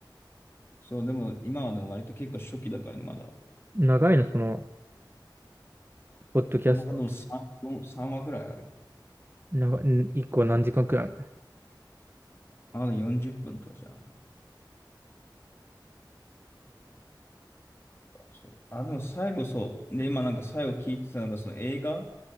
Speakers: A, on the left; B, on the right.
A: そう、でも今はでも割と結構初期だからね、まだ。
B: 長いの、その、ポッドキャスト。
A: まあでも3、話ぐらいある。
B: 長い、ん一個何時間くらいあるの
A: まだ40分とかじゃん。そう。あ、でも最後そう。で、今なんか最後聞いてたのが、その映画っ